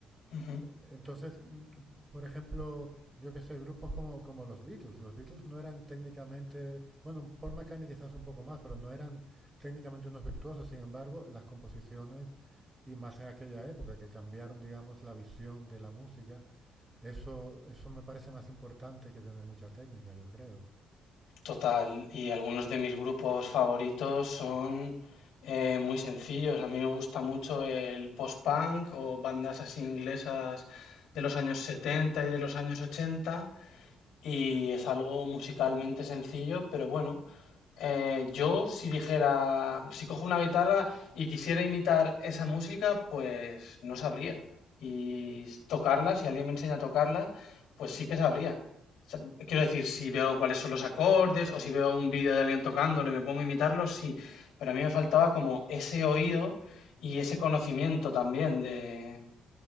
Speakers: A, on the left; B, on the right.
A: ujú.
B: Entonces, mm, por ejemplo, yo que sé, grupos como, como los Beatles. Los Beatles no eran técnicamente, bueno, Paul McCartney quizás un poco más, pero no eran técnicamente unos virtuosos. Sin embargo, las composiciones, y más en aquella época, que cambiaron, digamos, la visión de la música, eso, eso me parece más importante que tener mucha técnica, yo creo.
A: Total, y algunos de mis grupos favoritos son eh, muy sencillos. A mí me gusta mucho el post-punk o bandas así inglesas de los años 70 y de los años 80. Y es algo musicalmente sencillo, pero bueno, eh, yo si dijera, si cojo una guitarra y quisiera imitar esa música, pues no sabría. Y s- tocarla, si alguien me enseña a tocarla, pues sí que sabría. O sea, quiero decir, si veo cuáles son los acordes o si veo un vídeo de alguien tocándolo y me pongo a imitarlo, sí. Pero a mí me faltaba como ese oído y ese conocimiento también de,